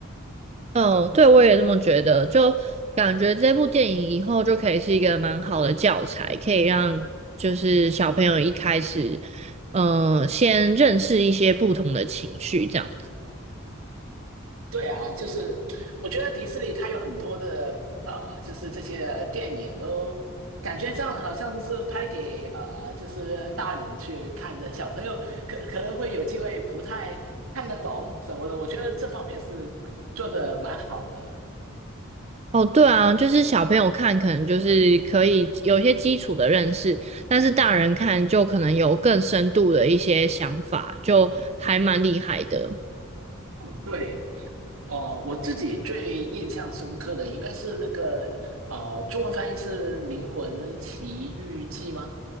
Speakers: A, on the right; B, on the right.
A: 嗯，对，我也这么觉得，就感觉这部电影以后就可以是一个蛮好的教材，可以让就是小朋友一开始，嗯、先认识一些不同的情绪，这样。
B: 对啊，就是我觉得迪士尼它有很多的呃，就是这些电影都感觉上好像是拍给呃，就是大人去看的，小朋友可可能会有机会不太看得懂什么的。我觉得这方面是做的蛮好的。
A: 哦，对啊，就是小朋友看可能就是可以有一些基础的认识，但是大人看就可能有更深度的一些想法，就还蛮厉害的。
B: 哦，对，哦，我自己最印象深刻的应该是那个呃，中文翻译是《灵魂奇遇记》吗？